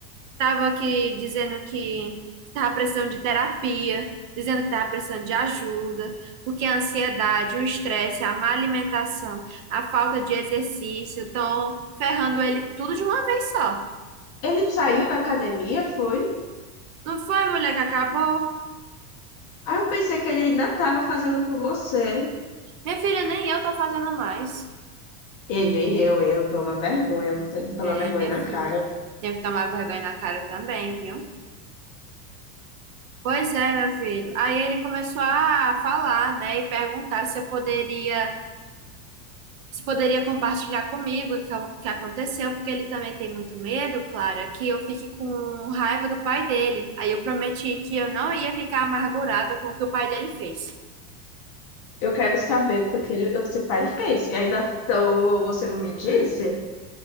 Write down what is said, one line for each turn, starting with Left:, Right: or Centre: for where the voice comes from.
Right: Tava aqui dizendo que tava precisando de terapia, dizendo que tava precisando de ajuda, porque a ansiedade, o estresse, a má alimentação, a falta de exercício estão ferrando ele tudo de uma vez só.
Left: Ele saiu da academia, foi.
Right: Não foi, mulher, que acabou?
Left: Aí eu pensei que ele ainda estava fazendo com você.
Right: Minha filha, nem eu tô fazendo mais.
Left: E nem eu, eu tomo vergonha, eu tomo
Right: É,
Left: vergonha
Right: minha
Left: na
Right: filha,
Left: cara.
Right: tenho que tomar vergonha na cara também, viu? Pois é, meu filho. Aí ele começou a falar, né, e perguntar se eu poderia Você poderia compartilhar comigo o que o que aconteceu, porque ele também tem muito medo, Clara, que eu fique com raiva do pai dele. Aí eu prometi que eu não ia ficar amargurada com o que o pai dele fez.
Left: Eu quero saber o que aquele ele, seu pai fez. E ainda então, você não me disse?